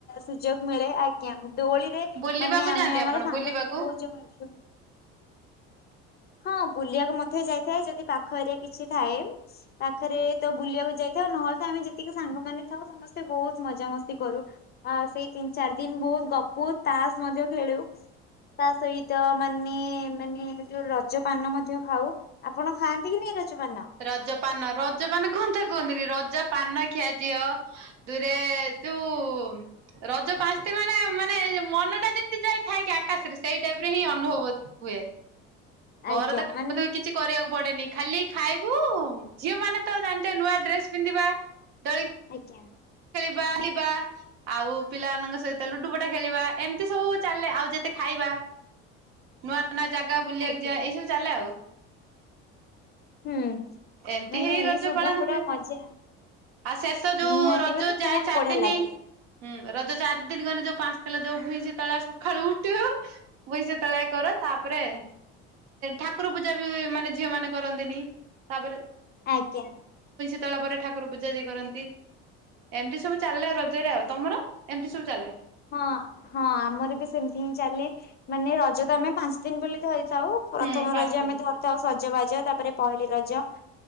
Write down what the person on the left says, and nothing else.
ସୁଯୋଗ ମିଳେ ଆ ଆଜ୍ଞା ଦୋଳିରେ
ମାନେ
ଆମେ ଆମର
ସାଙ୍ଗସାଥି
ବହୁତ ଜଣ ଅଛୁ। ହଁ ବୁଲିବାକୁ ମଧ୍ୟ ଯାଇଥାଏ ଯଦି ପାଖ ଏରିଆ କିଛି ଥାଏ ପାଖରେ ତ ବୁଲିବାକୁ ଯାଇଥାଉ ନହେଲେ ତ ଆମେ ଯେତିକି ସାଙ୍ଗମାନେ ଥାଉ ସମସ୍ତେ ବହୁତ ମଜାମସ୍ତି କରୁ ଆ ସେଇ ତିନି ଚାରି ଦିନ ବହୁତ ଗପୁ ତାସ ମଧ୍ୟ ଖେଳୁ ତା ସହିତ ମାନେ ମାନେ ଯୋଉ ରଜ ପାନ ମଧ୍ୟ ଖାଉ ଆପଣ ଖାଆନ୍ତି କି ନାଇଁ ରଜ ପାନ?
ଆଜ୍ଞା
ମାନେ
ଆଜ୍ଞା।
ଆଜ୍ଞା
ହୁଁ।
ମାନେ
ଏଇ
ସବୁ
ଗୁଡା
ମଜା
ନିହାତି
ମାନେ
ବହୁତ
ବଢିଆ
ଲାଗେ।
ଆଜ୍ଞା।
ହଁ ହଁ ଆମର ବି ସେମତି ହିଁ ଚାଲେ ମାନେ ରଜ ତ ଆମେ ପାଞ୍ଚ ଦିନ ବୋଲି ଧରି ଥାଉ ପ୍ରଥମ
ରଜ ଆମେ
ଧରିଥାଉ ସଜବାଜ ତାପରେ ପହିଲି ରଜ